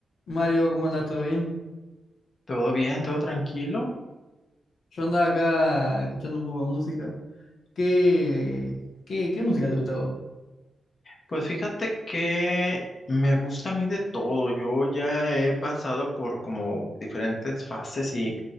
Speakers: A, on the left; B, on the left.
A: Mario, ¿cómo andás? ¿Todo bien?
B: Todo bien, todo tranquilo.
A: Yo andaba acá escuchando un poco de música. ¿Qué, qué, qué música te gustaba?
B: Pues fíjate que me gusta a mí de todo. Yo ya he pasado por como diferentes fases y,